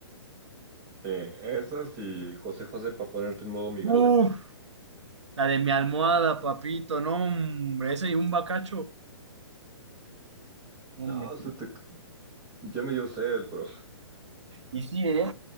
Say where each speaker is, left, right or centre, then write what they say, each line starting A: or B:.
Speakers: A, on the right; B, on the right.
A: Sí, esas y José José para ponerte en modo migajero.
B: Uf, la de mi almohada, papito, no, hombre, ese y un bacacho, no,
A: No,
B: hombre.
A: se te... ya me dio sed, pero...
B: Y sí, ¿eh?